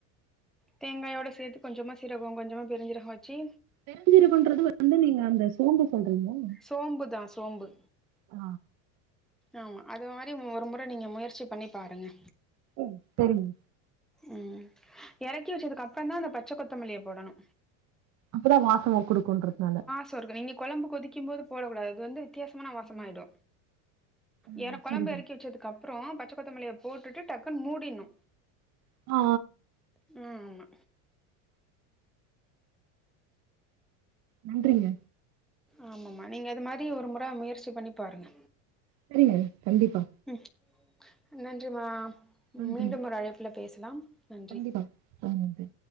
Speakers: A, in the centre; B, on the right.
A: தேங்காயோட சேத்து கொஞ்சமா சீரகோ கொஞ்சமா பெருஞ்சீரகோ வச்சி
B: பெருஞ்சீரகோன்றது வந்து நீங்க அந்த சோம்ப சொல்றீங்ளா
A: சோம்பு தா சோம்பு
B: ஆ
A: ஆமா அது மாரி ஒரு முற நீங்க முயற்சி பண்ணி பாருங்க
B: ம் செரிங்க
A: ம் எறக்கி வச்சதுக்ப்பரந்தா அந்த பச்ச கொத்தமல்லிய போடணு
B: அப்பதா வாசோ குடுக்குன்றத்னால
A: ச்சோர்கு நீங்க கொழம்பு கொதிக்கும் போது போடக் கூடாது அது வந்து வித்யாசமான வாசமாய்டு
B: ம்
A: எனா கொழம்பு
B: சரி சரி
A: எறக்கி வச்சதுக் கப்றோ பச்ச கொத்தமல்லிய போட்டுட்டு டக்குன் மூடிர்னு
B: ஆ
A: ம் ஆமா
B: நன்றிங்க
A: ஆமம்மா நீங்க அது மாரி ஒரு முற முயற்சி பண்ணி பாருங்க
B: செரிங்க கண்டிப்பா
A: ம் நன்றிமா
B: நன்றி
A: மீண்டும் ஒரு அழைப்புல பேசலாம் நன்றி
B: கண்டிப்பா தோழி நன்றி